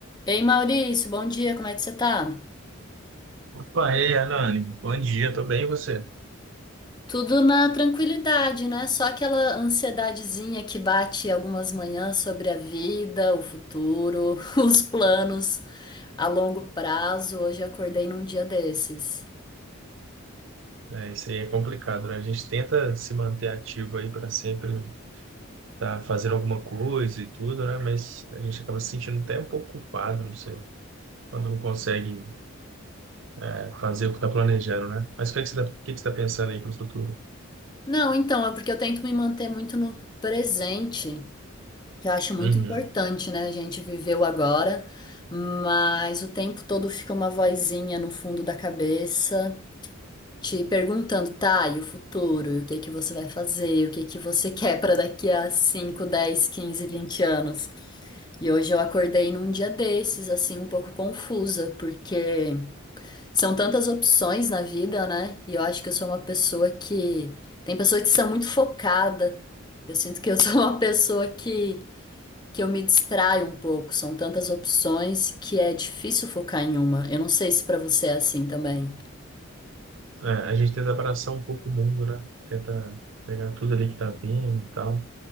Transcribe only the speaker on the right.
Pá, e aí, Anani, bom dia, tô bem, e você?
É, é, isso aí é complicado, né? A gente tenta se manter ativo aí para sempre estar fazendo alguma coisa e tudo, né? Mas a gente acaba se sentindo até um pouco culpado, não sei, quando não consegue é, fazer o que está planejando, né? Mas o que é que você está, tá pensando aí para o futuro?
Uhum.
É, a gente tenta abraçar um pouco o mundo, né? Tenta pegar tudo ali que tá vindo e tal.